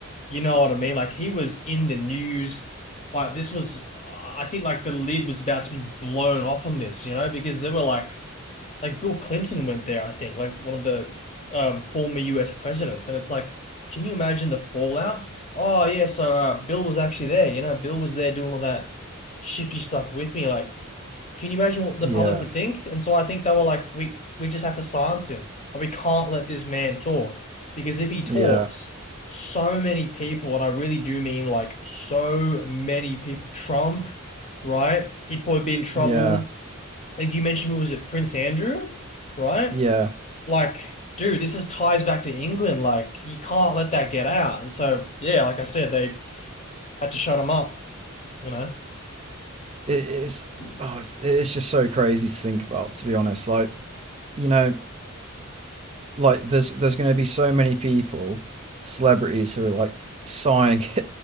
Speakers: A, on the left (about 30°); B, on the right (about 30°).
A: You know what I mean? Like he was in the news. Like this was, I think like the lid was about to be blown off on this, you know, because there were like, like Bill Clinton went there, I think, like one of the um, former US presidents. And it's like, can you imagine the fallout? Oh yeah, so uh, Bill was actually there, you know, Bill was there doing all that shifty stuff with me. Like, can you imagine what the
B: Yeah,
A: public would think? And so I think they were like, we we just have to silence him. Like, we can't let this man talk because if he talks,
B: yeah,
A: so many people, and I really do mean like so many people, Trump, right? He'd probably be in trouble.
B: yeah,
A: Like you mentioned, what was it, Prince Andrew, right?
B: yeah.
A: Like, dude, this is ties back to England. Like, you can't let that get out. And so, yeah, like I said, they had to shut him up, you know,
B: It, it's,
A: Mm.
B: oh, it's it's just so crazy to think about, to be honest. Like you know, like there's there's going to be so many people, celebrities who are like sighing, <laughs>